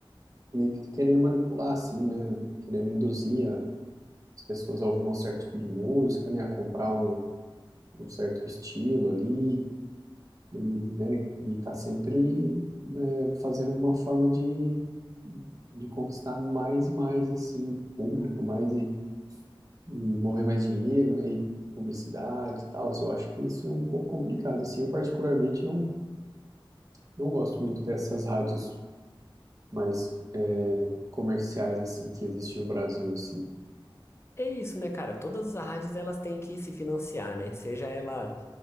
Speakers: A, on the right (about 40°); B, on the left (about 30°).
A: meio que querendo manipular, assim, né? Querendo induzir a- as pessoas a ouvir um certo tipo de música, né? A comprar um, um certo estilo ali. E, né, e tá sempre é, fazendo uma forma de, de conquistar mais e mais, assim, público, mais e, e mover mais dinheiro, né, e publicidade e tal. Eu acho que isso é um pouco complicado, assim. Eu particularmente não, não gosto muito dessas rádios mais é, comerciais, assim, que existem no Brasil, assim.
B: É isso, né, cara? Todas as rádios elas têm que se financiar, né? Seja ela